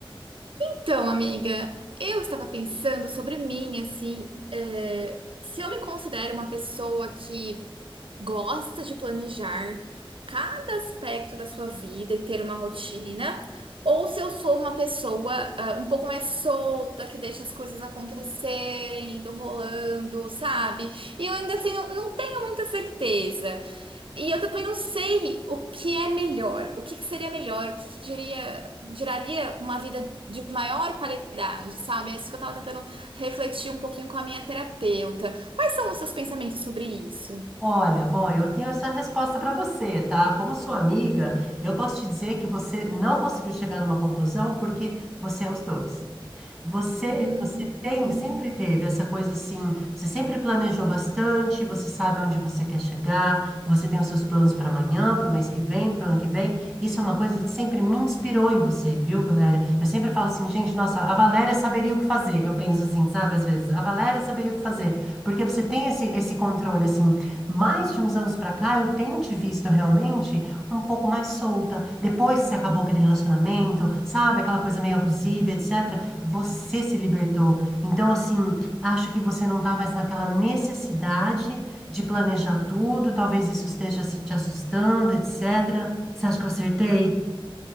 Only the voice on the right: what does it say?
Então, amiga, eu estava pensando sobre mim, assim, é, se eu me considero uma pessoa que gosta de planejar cada aspecto da sua vida e ter uma rotina, ou se eu sou uma pessoa, ah, um pouco mais solta, que deixa as coisas acontecerem, indo rolando, sabe? E eu ainda assim não, não tenho muita certeza. E eu também não sei o que é melhor, o que que seria melhor, o que que geraria uma vida de maior qualidade, sabe? É isso que eu tava tentando refletir um pouquinho com a minha terapeuta. Quais são os seus pensamentos sobre isso?
Hum,
hum.